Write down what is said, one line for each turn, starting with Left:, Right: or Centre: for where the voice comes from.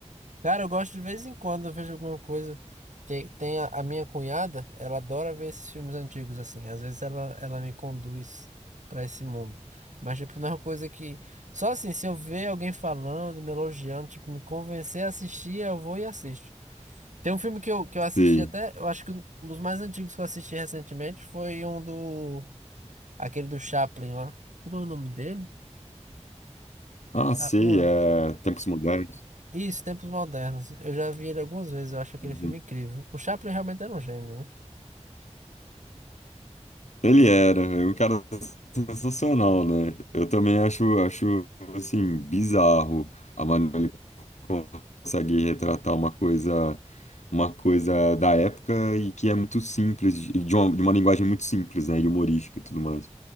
Right: Cara, eu gosto de vez em quando, eu vejo alguma coisa. Tem, tem a, a minha cunhada, ela adora ver esses filmes antigos, assim. Às vezes ela, ela me conduz pra esse mundo. Mas, tipo, não é uma coisa que. Só assim, se eu ver alguém falando, me elogiando, tipo, me convencer a assistir, eu vou e assisto. Tem um filme que eu, que eu assisti
Left: Sei.
Right: até, eu acho que um dos mais antigos que eu assisti recentemente foi um do. Aquele do Chaplin lá. Como é o nome dele?
Left: Ah, sei.
Right: Ah, não lembro.
Left: É... Tempos Modernos.
Right: Isso, Tempos Modernos. Eu já vi ele algumas vezes, eu acho aquele
Left: Uhum.
Right: filme incrível. O Chaplin realmente era um gênio, né?
Left: Ele era, é um cara sensacional, né? Eu também acho, acho assim, bizarro a maneira como ele consegue retratar uma coisa, uma coisa da época e que é muito simples, de de uma, de uma linguagem muito simples, né? E humorística e tudo mais.